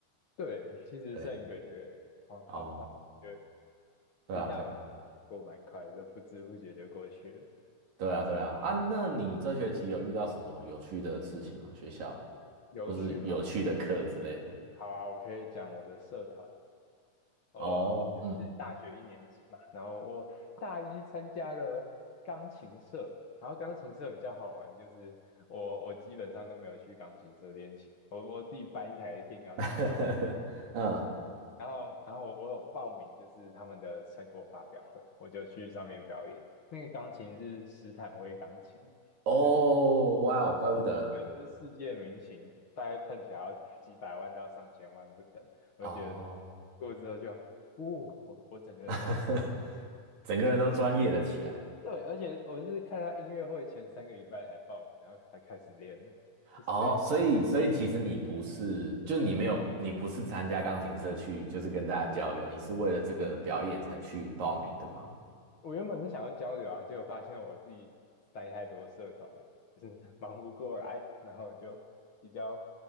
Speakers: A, on the left; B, on the right.
A: 对，其实剩一个月，
B: 对，
A: 好好快，
B: 哦，
A: 就
B: 对啊，
A: 期待
B: 对啊，
A: 过蛮快的，不知不觉就过去了。
B: 对啊，对啊，啊，那你这学期有遇到什么有趣的事情吗？学校，
A: 有趣吗？
B: 或是有趣的课之类的？
A: 好啊，我可以讲我的社团，我我是大学一年级嘛，
B: 哦，嗯，
A: 然后我大一参加了钢琴社，然后钢琴社比较好玩，就是我我基本上都没有去钢琴社练琴，我我自己搬一台电钢琴嘛，
B: <laughs> 嗯，
A: 然后然后我我有报名就是他们的成果发表会，我就去上面表演，那个钢琴是斯坦威钢琴，
B: 哦，
A: 就是
B: 哇哦，怪不得，
A: 超级贵，就是世界名琴，大概看起来要几百万到上千万不等，我就觉得
B: 哦，
A: 过之后就。哦，我我整个人都
B: <laughs> 整个人都专业了起来。
A: 对，而且我是看他音乐会前三个礼拜才报名，然后才开始练的。所以，
B: 哦，所以所以其实你不是，就是你没有，你不是参加钢琴社去，就是跟大家交流，你是为了这个表演才去报名的吗？
A: 我原本是想要交流啊，结果发现我自己塞太多社团，就是 <laughs> 忙不过来，然后我就比较